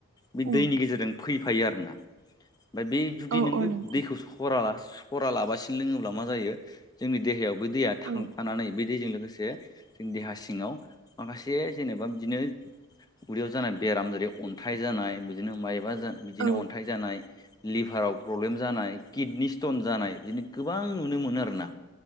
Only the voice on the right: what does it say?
औ
औ
औ
नोंथां
औ
औ